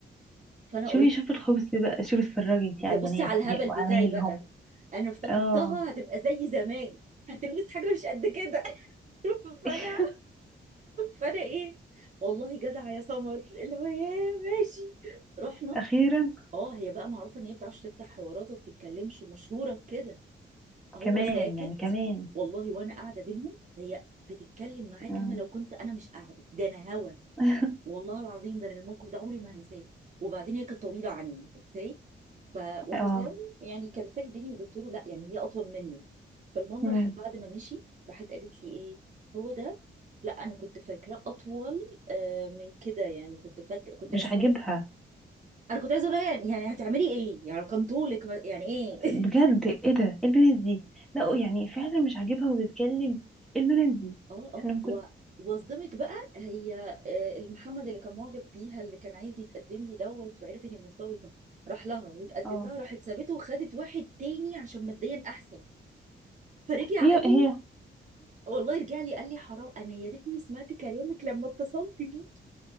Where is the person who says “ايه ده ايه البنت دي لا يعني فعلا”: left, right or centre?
Centre